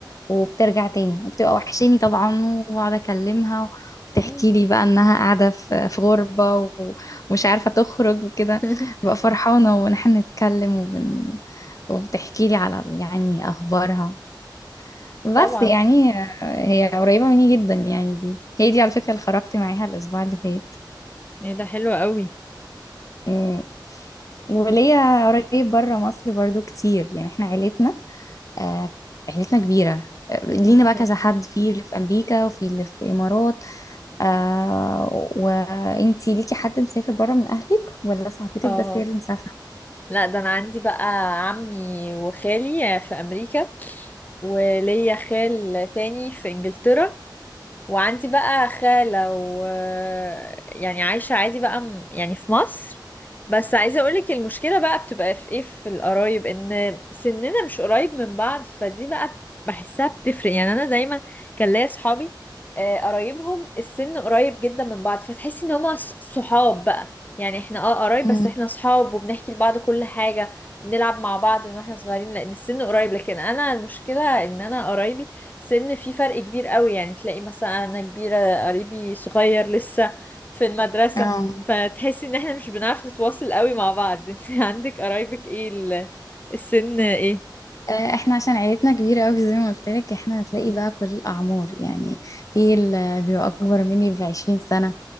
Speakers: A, on the left (about 45°); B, on the left (about 20°).
A: وبترجع تاني وبتبقى وحشاني طبعا واقعد اكلمها وبتحكي
B: أمم.
A: لي بقى انها قاعده في في غربه ومش عارفه تخرج وكده
B: <laughs>
A: ببقى فرحانه ونحن نتكلم وبن... وبتحكي لي على يعني اخبارها بس
B: طبعا
A: يعني هي قريبه مني جدا يعني دي هي دي على فكره اللي خرجت معاها الاسبوع اللي فات
B: ايه ده حلو قوي
A: أمم. وليا قريب بره مصر برضو كتير يعني احنا عيلتنا آه، عيلتنا كبيره آه، لينا
B: اوكي
A: بقى كذا حد في اللي في امريكا وفي اللي في الامارات آه وانتي ليكي حد مسافر بره من اهلك ولا صاحبتك
B: اه
A: بس هي اللي مسافره
B: لا ده انا عندي بقى عمي وخالي في امريكا وليا خال تاني في انجلترا وعندي بقى خالة و يعني عايشة عادي بقى م- يعني في مصر بس عايزة اقولك المشكلة بقى بتبقى في ايه في القرايب ان سننا مش قريب من بعض فدي بقى بحسها بتفرق يعني انا دايما كان ليا صحابي آه، قرايبهم السن قريب جدا من بعض فتحسي ان هما ص- صحاب بقى يعني احنا اه قرايب بس
A: مم.
B: احنا صحاب وبنحكي لبعض كل حاجة بنلعب مع بعض من واحنا صغيرين لان السن قريب لكن انا المشكلة ان انا قرايبي سن في فرق كبير قوي يعني تلاقي مثلا انا كبيرة قريبي صغير لسه في المدرسة
A: اه
B: فتحسي ان احنا مش بنعرف نتواصل قوي مع بعض <laughs> انت عندك قرايبك ايه ال- السن ايه
A: آه، احنا عشان عيلتنا كبيرة قوي زي ما قلت لك احنا هتلاقي
B: م-
A: بقى كل الأعمار يعني في اللي بيبقى أكبر مني بعشرين سنة